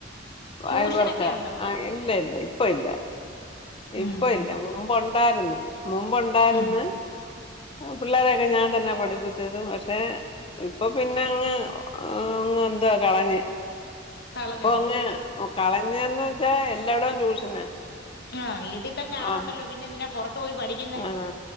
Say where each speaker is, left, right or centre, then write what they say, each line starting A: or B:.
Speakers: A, on the left (about 30°); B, on the left (about 55°).
A: കായ്
B: ട്യൂഷനൊക്കെ
A: വർക്ക
B: ഉണ്ടോ
A: ആഹ് ഇല്ല ഇല്ല ഇപ്പ ഇല്ല ഇപ്പൊഇല്ല
B: ഉം ഉം
A: മുമ്പുണ്ടായിരുന്ന് മുമ്പുണ്ടായിരുന്ന്.
B: ഉം
A: പിള്ളാരെയൊക്കെ ഞാൻ തന്നെ പഠിപ്പിച്ചത് പക്ഷെ ഇപ്പൊ പിന്നെ അങ്ങ്, അങ്ങ് എന്തോ കളഞ്ഞ്
B: കളഞ്ഞോ
A: ഇപ്പോ അങ്ങ് കളഞ്ഞെന്ന് വെച്ചാ എല്ലാടോം ട്യൂഷനാ.
B: ആഹ് വീട്ടിതന്നെ ആളുണ്ടല്ലോ
A: ആഹ്
B: പിന്നെ എന്തിനാ പൊറത്തു പോയി പഠിക്കുന്നെ?
A: ആഹ്